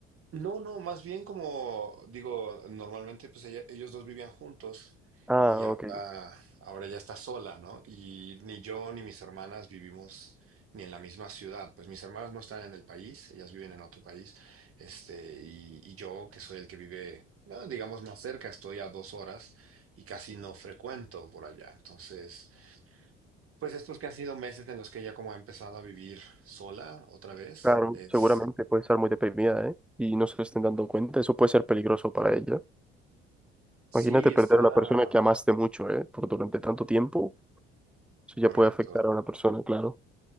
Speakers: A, on the right (about 45°); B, in the centre.
A: No, no, más bien como digo, normalmente pues ella- ellos dos vivían juntos
B: Ah,
A: y ahora,
B: ok.
A: ahora ya está sola, ¿no? Y ni yo ni mis hermanas vivimos ni en la misma ciudad. Pues mis hermanas no están en el país, ellas viven en otro país. Este, y, y yo, que soy el que vive, bueno, digamos, más cerca, estoy a dos horas y casi no frecuento por allá. Entonces, pues estos que han sido meses en los que ella como ha empezado a vivir sola otra vez,
B: Claro,
A: es,
B: seguramente puede estar muy deprimida, ¿eh? Y no se lo estén dando cuenta. Eso puede ser peligroso para ella.
A: sí,
B: Imagínate
A: está
B: perder a la persona que amaste mucho, ¿eh? Por durante tanto tiempo. Eso
A: correcto.
B: ya puede afectar a una persona, claro.